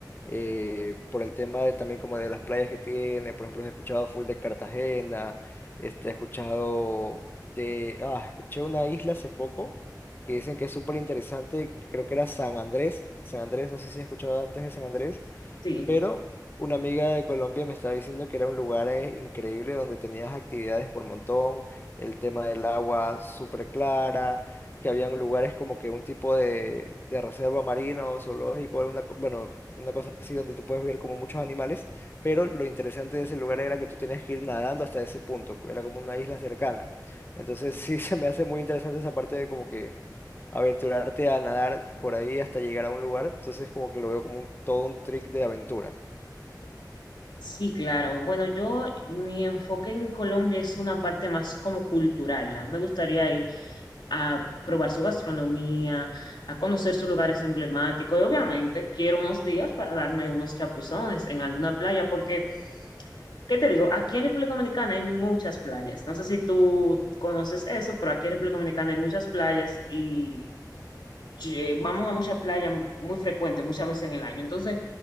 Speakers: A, on the left (about 30°); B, on the left (about 80°).
A: eh, por el tema de, también como de las playas que tiene. Por ejemplo, he escuchado full de Cartagena, este, he escuchado de, ah, escuché una isla hace poco que dicen que es súper interesante. Creo que era San Andrés. San Andrés, no sé si has escuchado antes de San Andrés,
B: Sí,
A: pero una amiga de Colombia me estaba diciendo que era un lugar eh, increíble donde tenías actividades por montón, el tema del agua súper clara, que habían lugares como que un tipo de, de reserva marina o zoológico, alguna co- bueno, una cosa así donde tú puedes ver como muchos animales, pero lo interesante de ese lugar era que tú tenías que ir nadando hasta ese punto, era como una isla cercana. Entonces sí <laughs> se me hace muy interesante esa parte de como que aventurarte a nadar por ahí hasta llegar a un lugar, entonces como que lo veo como un- todo un trick de aventura.
B: sí, claro. Bueno, yo, mi enfoque en Colombia es una parte más como cultural. A mí me gustaría ir a probar su gastronomía, a conocer sus lugares emblemáticos y obviamente quiero unos días para darme unos chapuzones en alguna playa porque, ¿qué te digo? Aquí en República Dominicana hay muchas playas. No sé si tú conoces eso, pero aquí en República Dominicana hay muchas playas y ye- vamos a muchas playas muy frecuentes, muchas veces en el año. Entonces,